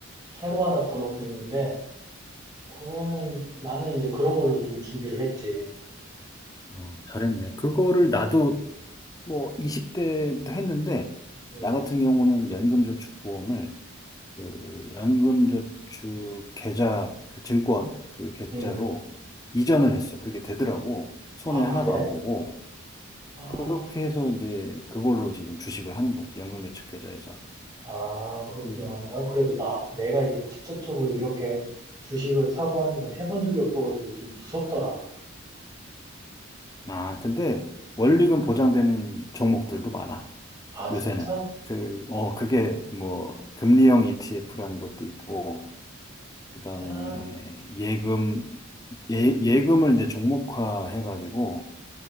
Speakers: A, on the right; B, on the left.
A: 새로 하나 더 넣고 있는데 그러면 나는 이제 그런 걸로 좀 준비를 했지.
B: 어, 잘했네. 그거를 나도 뭐 20대부터 했는데,
A: 음,
B: 나 같은 경우는 연금저축보험을 그 연금저축 계좌 그 증권 그 계좌로
A: 음. 음.
B: 이전을 했어. 그게 되더라고. 손해
A: 아,
B: 하나도
A: 그래?
B: 안 보고
A: 아.
B: 그렇게 해서 이제 그걸로 지금 주식을 하는 거지. 연금저축 계좌에서.
A: 아, 그렇구나.
B: 그래서
A: 난 그래도 나, 내가 이제 직접적으로 이렇게 주식을 사고 하는 건 해본 적이 없어가지고 좀 무섭더라.
B: 아 근데 원리금 보장되는 종목들도 많아.
A: 아,
B: 요새는
A: 진짜?
B: 그 어 그게 뭐 금리형 ETF라는 것도 있고 그다음에
A: 야,
B: 예금 예, 예금을 이제 종목화 해가지고